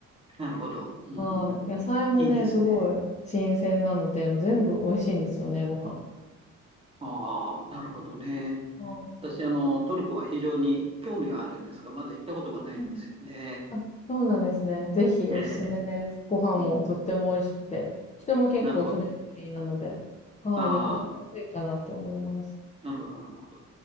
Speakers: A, on the right; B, on the left.
A: なるほど。うんうんうん、
B: はい。野菜もね、
A: いいですね。
B: すごい新鮮なので、もう全部美味しいんですよね、ご飯。
A: ああ、なるほどね。
B: は
A: 私、あの、トルコは非常に興味はあるんですが、まだ行ったことがないんですよね。
B: い。あ、そうなんですね。ぜひおすすめです。
A: ええ、
B: ご飯もとっても美味しくて、
A: うん、
B: 人も結構フレンドリーなので、
A: なるほど。
B: はい、
A: ああ、
B: 旅行しやすいかなって思います。
A: なるほど、なるほど。